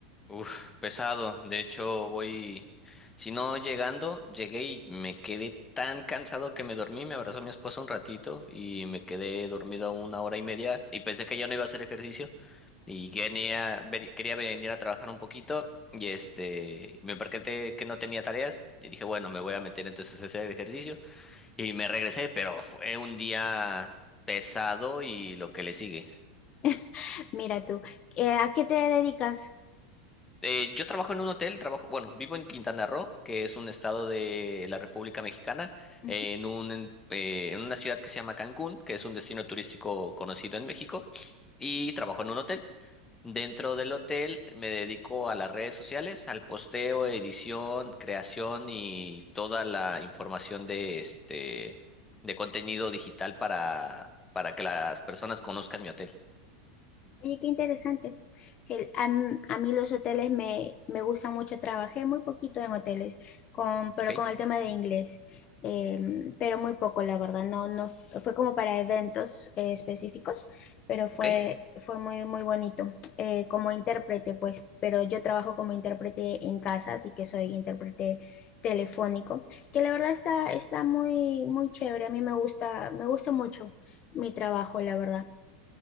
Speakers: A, on the left; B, on the left.
A: Uf, pesado. De hecho, voy, si no llegando, llegué y me quedé tan cansado que me dormí, me abrazó mi esposa un ratito y me quedé dormido una hora y media y pensé que ya no iba a hacer ejercicio y quería, veri- quería venir a trabajar un poquito y este, me percaté que no tenía tareas y dije, bueno, me voy a meter entonces a hacer ejercicio y me regresé, pero fue un día pesado y lo que le sigue.
B: <laughs> Mira tú, eh, ¿a qué te dedicas?
A: Eh, yo trabajo en un hotel, trabajo, bueno, vivo en Quintana Roo, que es un estado de la República Mexicana,
B: Ujú.
A: eh, en un, en, eh, en una ciudad que se llama Cancún, que es un destino turístico conocido en México, y trabajo en un hotel. Dentro del hotel me dedico a las redes sociales, al posteo, edición, creación y toda la información de este de contenido digital para, para que las personas conozcan mi hotel.
B: Oye, qué interesante. El- a, m- a mí los hoteles me, me gustan mucho. Trabajé muy poquito en hoteles, con, pero
A: ¿Ok?
B: con el tema de inglés, em, pero muy poco, la verdad. No, no f- fue como para eventos eh, específicos, pero fue,
A: ¿Ok?
B: fue muy, muy bonito. Eh, como intérprete, pues, pero yo trabajo como intérprete en casa, así que soy intérprete telefónico, que la verdad está, está muy, muy chévere. A mí me gusta, me gusta mucho mi trabajo, la verdad.